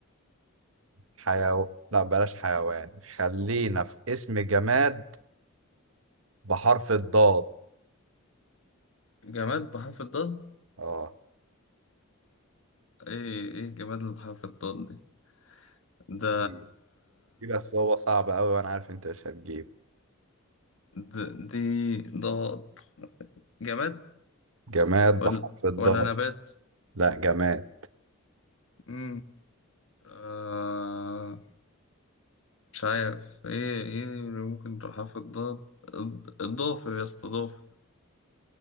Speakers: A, on the right; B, on the left.
A: حيو... لا بلاش حيوان خلينا في اسم جماد بحرف الضاد
B: جماد بحرف الضاد
A: اه
B: ايه ايه الجماد اللي بحرف الضاد دي ده
A: دي دي بس هو صعب أوي وأنا عارف أنت مش هتجيب
B: د- دي ضاد جماد
A: جماد
B: ولا
A: بحرف الضاد
B: ولا نبات
A: لا جماد
B: مم. آه... مش عارف ايه ايه اللي ممكن تروح حرف الضاد الض- الضافر يا اسطى ضافر